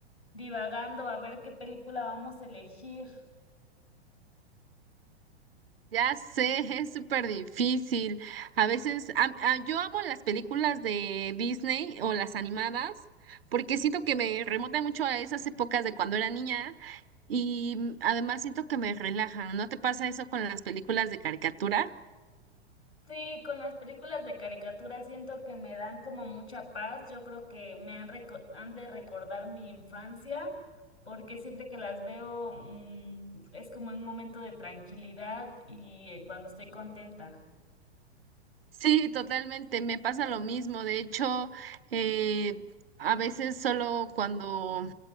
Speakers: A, on the left; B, on the right.
A: divagando a ver qué película vamos a elegir.
B: Ya sé, <laughs> es súper difícil. A veces, am- ah, yo amo las películas de Disney o las animadas, porque siento que me remontan mucho a esas épocas de cuando era niña y mm, además siento que me relajan. ¿No te pasa eso con las películas de caricatura?
A: Sí, con las películas de caricatura siento que me dan como mucha paz. Yo creo que me han, reco- han de recordar mi infancia, porque siempre que las veo, mm, es como un momento de tranquilidad y eh, cuando estoy contenta.
B: Sí, totalmente, me pasa lo mismo. De hecho, eh, a veces solo cuando